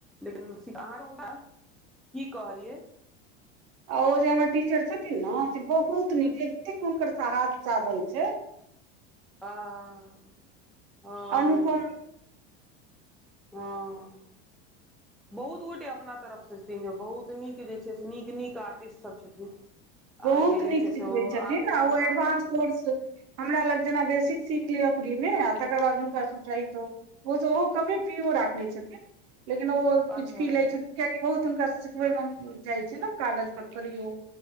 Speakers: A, in the centre; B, on the right.
A: लेकिन <unintelligible> की कहलियै
B: आ ओ जे हमर टीचर छथिन ने से बहुत नीक एतेक हुनकर हाथ साधल छैय।
A: ह <unintelligible> हँ
B: अनुपम
A: हँ बहुत गोटे अपना तरफ से छथिन जे बहुत नीक जे छै से नीक- नीक आर्टिस्ट सब छथिन। अहाँके
B: बहुत
A: जे
B: नीक
A: छै
B: सिखने
A: से ओ
B: छथिन
A: आगू
B: न आ
A: बढ़ा
B: ओ एडवानंस
A: रहल छथिन
B: कोर्स हमरा लग जेना बेसिक सीख लियअ फ्री मे आ तकर बाद हुनका चाही तो। ओ त ओहो कमे कमेटियों राखने छथिन लेकिन ओ
A: अच्छा
B: किछ फी लैत छथिन। कियाकि बहुत हुनका सिखबेै मे जाय छैय न कागज पत्तर यो